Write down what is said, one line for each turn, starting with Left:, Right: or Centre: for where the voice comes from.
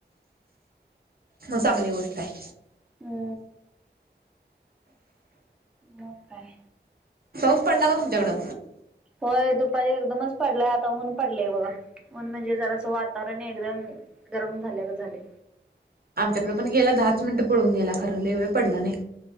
Right: मग चांगली गोष्ट आहे.
Centre: हु मग काय
Right: पाऊस पडला का तुमच्याकडं
Centre: होय दुपारी एकदमच पडलाय आता ऊन पडलाय बघा ऊन म्हणजे जरास वातावरण एकदम गरम झाल्या गत, झालय
Right: आमच्याकडे पण गेला दहाच मिनिट पळून गेला खरं लय, वेळ पडला नाही